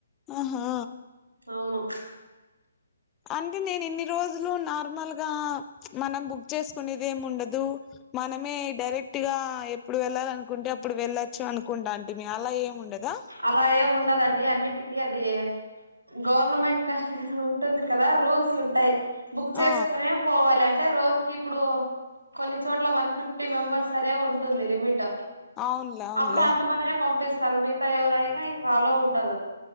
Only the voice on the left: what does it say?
ఆహా
అంటే నేను ఇన్ని రోజులు నార్మల్గా మనం బుక్ చేసుకునేది ఏమి ఉండదు మనమే డైరెక్ట్ గా ఎప్పుడు వెళ్ళాలనుకుంటే అప్పుడు వెళ్లొచ్చు అనుకుంటాంటిమి అంటే అలా ఏమి ఉండద్ గా
ఆ
అవునులే అవునులే